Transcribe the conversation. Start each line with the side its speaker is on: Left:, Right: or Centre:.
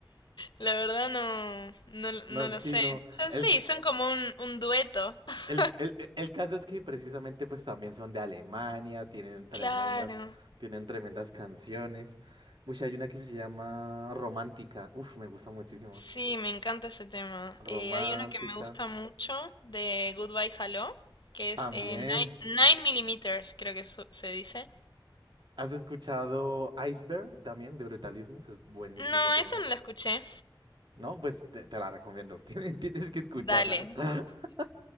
Left: La verdad no, no,
Right: No,
Left: no lo
Right: sí,
Left: sé.
Right: no.
Left: Ya
Right: El,
Left: sí,
Right: c-
Left: son como un, un dueto. <laughs>
Right: el, el, el el caso es que precisamente pues también son de Alemania, tienen tremendas,
Left: Claro.
Right: tienen tremendas canciones. Uy, hay una que se llama Romántica. Uf, me gusta muchísimo.
Left: Sí, me encanta ese tema. Eh,
Right: Romántica.
Left: hay uno que me gusta mucho de Goodbye Saló, que
Right: También.
Left: es eh, 9 mm, creo que su- se dice.
Right: ¿Has escuchado Iceberg también de Brutalismus? Es buenísima
Left: No,
Right: también.
Left: eso no lo escuché.
Right: No, pues te, te la recomiendo. <laughs> Tienes, tienes que escucharla.
Left: Dale.
Right: <laughs>